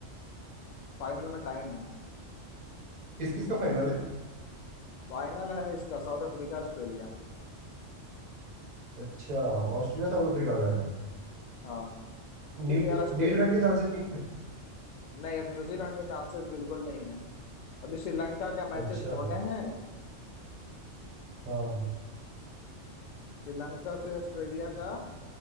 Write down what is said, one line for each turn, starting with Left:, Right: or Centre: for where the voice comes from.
Left: फाइनल में टाइम है ना
Right: किस किस का फाइनल है
Left: फाइनल है इसका साउथ अफ्रीका ऑस्ट्रेलिया
Right: अच्छा ऑस्ट्रेलिया साउथ अफ्रीका का है
Left: हाँ अभी
Right: न्यूजी
Left: तो यार ऑस्ट्रे
Right: न्यूजीलैंड के चांसेस नहीं है
Left: नहीं अब न्यूजीलैंड के चांसेस बिल्कुल नहीं है अभी श्रीलंका के मैचेस
Right: अच्छा
Left: होने हैं
Right: हाँ
Left: श्रीलंका से ऑस्ट्रेलिया का